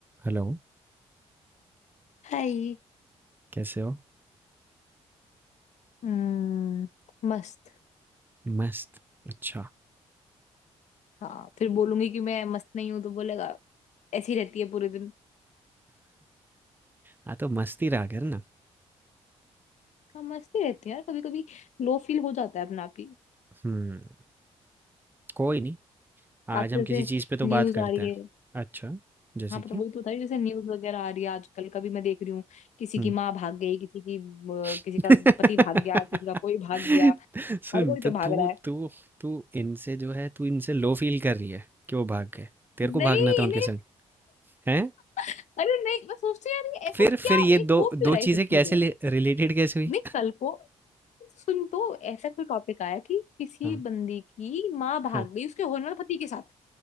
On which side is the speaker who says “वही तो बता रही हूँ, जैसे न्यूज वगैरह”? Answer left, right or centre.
Left